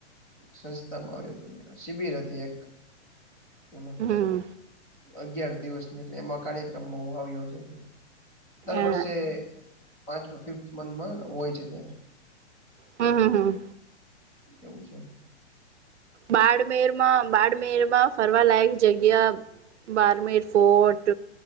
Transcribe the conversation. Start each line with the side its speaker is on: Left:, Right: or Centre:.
Centre: સંસ્થામાં આવિયો શિબિર હતી એક એમાં
Right: હમ
Centre: અગિયાર દિવસની એટલે એમાં કાર્યક્રમમાં હું આવ્યો હતો દર
Right: અ
Centre: વર્ષે પાંચ ફિફ્થ મંથમાં હોય છે ત્યારે
Right: હમ્મ હમ્મ
Centre: એવું છે
Right: બાડમેર માં બાડમેરમાં ફરવા લાયક જગ્યા બારમેર ફોર્ટ